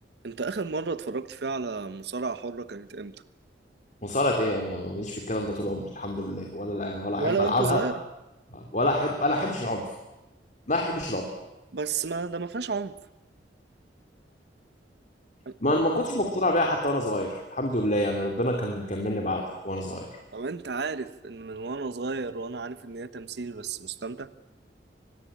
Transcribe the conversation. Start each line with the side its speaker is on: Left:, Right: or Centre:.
Right: انت اخر مرة اتفرجت فيها على مصارعة حرة كانت امتى
Left: مصارعة ايه يا عم انا ماليش في الكلام ده طول عمري الحمد لله ولا ولا
Right: ولا
Left: احب
Right: وانت
Left: العبها
Right: صغير
Left: ولا احب انا احبش العنف ما احبش العنف
Right: بس ما ده ما فيهاش عنف انا
Left: ما
Right: انا-
Left: انا ما كنتش مقتنع بيها حتى وانا صغير الحمد لله يعني ربنا كان كان مني بعقلي وانا صغير
Right: لو انت عارف ان من وانا صغير وانا عارف ان هي تمثيل بس مستمتع